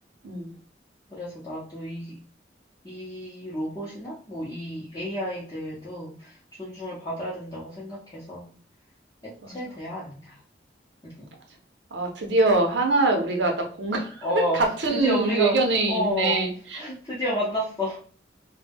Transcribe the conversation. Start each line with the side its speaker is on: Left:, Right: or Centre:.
Right: 음,
Left: 그래서 나도 이, 이 로봇이나 뭐 이 AI들도 존중을 받아야 된다고 생각해서 해체돼야
Right: 맞아,
Left: 합니다. <laughs>
Right: 맞아. 아, 드디어 하나
Left: 음.
Right: 우리가 딱 공감,
Left: 어,
Right: 같은
Left: 드디어 우리가,
Right: 의견이
Left: 어,
Right: 있네.
Left: 드디어 만났어.